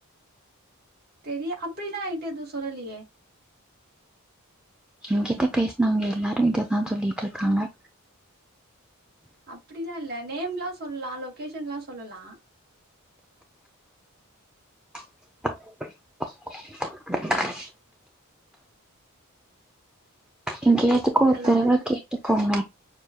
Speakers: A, on the right; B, in the centre.
A: தெரிய அப்பிட்லா எ கிட்ட எதுவு சொல்லலியே
B: எங்கிட்ட பேஸ்னவங்க எல்லாரு இததா சொல்லிட்ருக்காங்க
A: அப்பிடிலா இல்ல நேம்லா சொல்லா லொகேஷன்ல்லா சொல்லலா
B: உ <unintelligible> இன்கேஸ் எதுக்கு ஒரு
A: ஹலோ
B: தடவ கேட்டுக்கோங்க